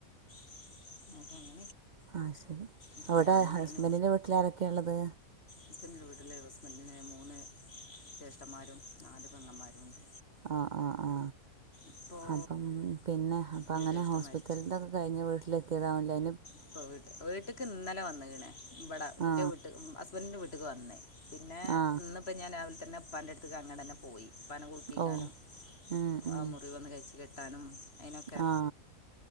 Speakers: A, on the left; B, on the right.
A: <unintelligible>
B: ആ ശരി
A: അപ്പോൾ
B: അവിടെ
A: ഞാൻ തന്നെയാണ്
B: ഹസ്ബന്റിന്റെ വീട്ടിൽ ആരൊക്കെയ ഉള്ളത്
A: ഹസ്ബൻഡൻ്റെ വീട്ടില് ഹസ്ബൻഡിന് മൂന്ന് ജ്യേഷ്ഠന്മാരും നാല് പെങ്ങമ്മാരുണ്ട്
B: ആ ആ ആ
A: ഇപ്പോൾ
B: അപ്പം പിന്നെ അപ്പ
A: ഒരു
B: അങ്ങനെ
A: ജ്യേഷ്ഠൻ
B: ഹോസ്പിറ്റൽത്തൊക്കെ
A: മരിച്ചു
B: കഴിഞ്ഞ് വീട്ടില് എത്തിയതാവുല്ലേ
A: ഇപ്പൊ വീട്ട്ക്ക് ഇന്നലെ വന്ന്ക്കണ് ഇവടാ ന്റെ
B: ആ
A: വീട്ട്ക്കു ഇപ്പോൾ ഹസ്ബൻഡിന്റെ വീട്ട്ക്ക് വന്നു പിന്നെ
B: ആ
A: ഇന്നിപ്പം ഞാൻ രാവിലെ തന്നെ ഉ പ്പാന്റെ അടുത്തേക്ക് തന്നെ പോയി ഉ പ്പാനെ കുളിപ്പിക്കാനും
B: ഓ ഉം, ഉം,
A: ആ മുറിവൊന്ന് കയിച്ച് കെട്ടാനും അതിനൊക്കെ
B: ആ